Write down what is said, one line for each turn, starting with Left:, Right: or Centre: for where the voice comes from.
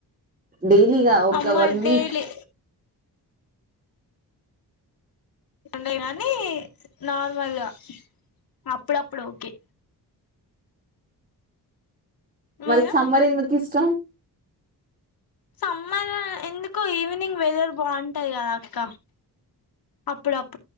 Right: డైలీగా ఒక
Left: అమ్మర్
Right: వన్ వీక్
Left: డైలీ ఉండ గాని నార్మల్గా అప్పుడప్పుడు ఓకే మీరు
Right: మరి సమ్మర్ ఎందుకు ఇష్టం
Left: సమ్మర్ ఎందుకో ఈవినింగ్ వెదర్ బావుంటాది కదా అక్క. అప్పుడప్